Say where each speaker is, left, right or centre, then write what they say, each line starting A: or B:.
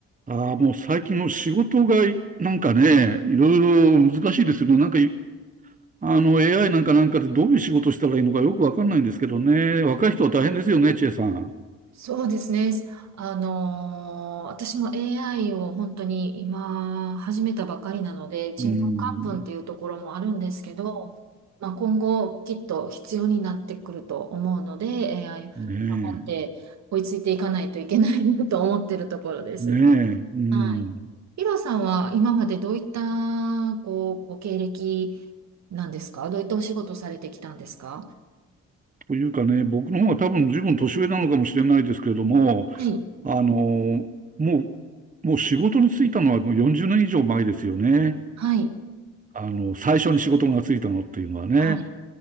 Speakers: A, on the right (about 25°); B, on the right (about 60°).
A: ああ、もう最近の仕事がい、なんかね、いろいろ難しいですよね。なんかい、あの、AI なんかなんかでどういう仕事したらいいのかよくわかんないんですけどね。若い人は大変ですよね、千恵さん。
B: そうですね。あのー私も AI を本当に今始めたばかりなので、ちんぷんかんぷんっていうところもあるんですけど、
A: うん。
B: まあ、今後きっと必要になってくると思うので、AI 頑
A: ねえ。
B: 張って追いついていかないといけないなと思ってるところです。
A: ねえ。うん。
B: はい。ヒロさんは今までどういったこうご経歴なんですかどういったお仕事されてきたんですか
A: というかね、僕の方が多分十分年上なのかもしれないですけれども、
B: はい。
A: あの、もう、もう仕事に就いたのはもう40年以上前ですよね。
B: はい。
A: あの、最初に仕事がついたのっていうのはね。
B: はい。